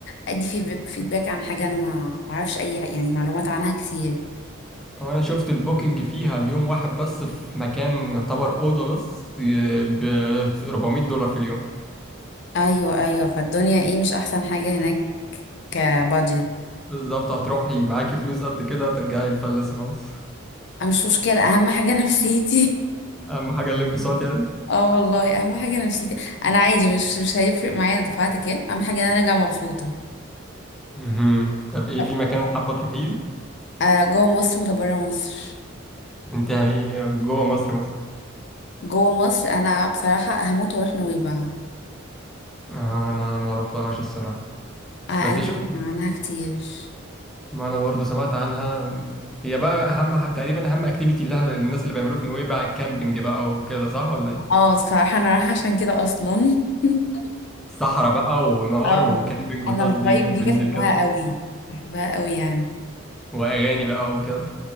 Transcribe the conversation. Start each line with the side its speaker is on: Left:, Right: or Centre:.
Left: ادي في فيدباك عن حاجة انا ما ما اعرفش اي يعني معلومات عنها كتير
Centre: هو انا شفت البوكينج فيها اليوم واحد بس في مكان يعتبر اوضه بس ب 400 دولار في اليوم
Left: ايوه ايوه فالدنيا ايه مش احسن حاجة هناك كبادجت
Centre: بالظبط هتروحي معاكي فلوس قد كده هترجعي مفلسه خالص
Left: أه مش مشكلة اهم حاجة <laughs> نفسيتي
Centre: اهم حاجه الانبساط يعني
Left: اه والله اهم حاجة نفسيتي انا عادي مش مش هيفرق معايا انا دفعت كام اهم حاجة ان انا ارجع مبسوطة
Centre: مهم. طب ايه
Left: طب
Centre: في مكان حابه تروحيه
Left: آه، جوه مصر ولا بره مصر
Centre: انت هي جوه مصر مثلا
Left: جوه مصر انا بصراحة هموت واروح نويبع
Centre: آه، انا ما روحتهاش الصراحه
Left: آه، انا
Centre: بس شفت
Left: أسمع عنها كتير
Centre: ما انا برضو سمعت عنها هي بقى اهم ح- تقريبا اهم اكتيفيتي اللي احنا الناس اللي بيعملوه في نويبع الكامبينج بقى وكده صح ولا ايه
Left: اه فراح انا رايحه عشان كده اصلا <laughs>
Centre: صحراء بقى ونار
Left: اه
Centre: وكامبينج وتقضي
Left: انا الفايب
Centre: يوم
Left: دي
Centre: بالليل
Left: بحبها
Centre: كده
Left: قوي بحبها قوي يعني
Centre: واغاني بقى وكده